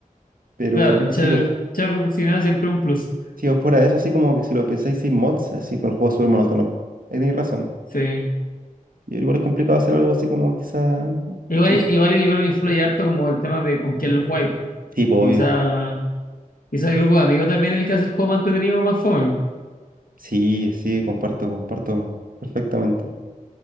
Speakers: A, on the right; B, on the left.
A: pero
B: Claro, el
A: sí,
B: chat,
A: pues
B: chat por proximidad siempre es un plus,
A: si os fuera de eso, así como que si lo pensáis sin mods, así con el juego es súper monótono, ahí tenéis razón.
B: sí.
A: Y igual es complicado hacer algo así como quizá...
B: Igual,
A: mm,
B: igual yo creo que influye harto como el tema de con quién lo jugáis.
A: Sí, pues
B: Quizá,
A: obvio,
B: quizá el grupo de amigos también es el que hace el juego más entretenido o más fome.
A: sí, sí, comparto, comparto perfectamente.